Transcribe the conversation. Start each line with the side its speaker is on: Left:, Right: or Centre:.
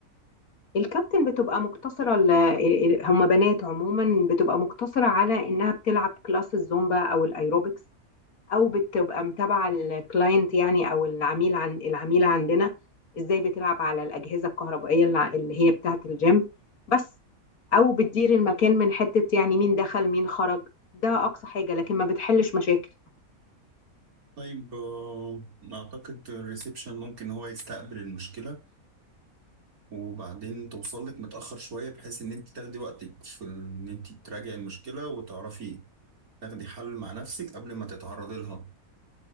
Left: الكابتن بتبقى مقتصرة ال- هما بنات عموما بتبقى مقتصرة على إنها بتلعب كلاس الزومبا أو الأيروبكس أو بتبقى متابعة الكلاينت يعني أو العميل عن العميلة عندنا إزاي بتلعب على الأجهزة الكهربائية اللي اللي هي بتاعة الجيم بس أو بتدير المكان من حتة يعني مين دخل مين خرج ده أقصى حاجة لكن ما بتحلش مشاكل
Right: طيب آه، أعتقد الريسبشن ممكن هو يستقبل المشكلة وبعدين توصل لك متأخر شوية بحيث إن أنت تاخدي وقتك في إن أنت تراجعي المشكلة وتعرفي تاخدي حل مع نفسك قبل ما تتعرضي لها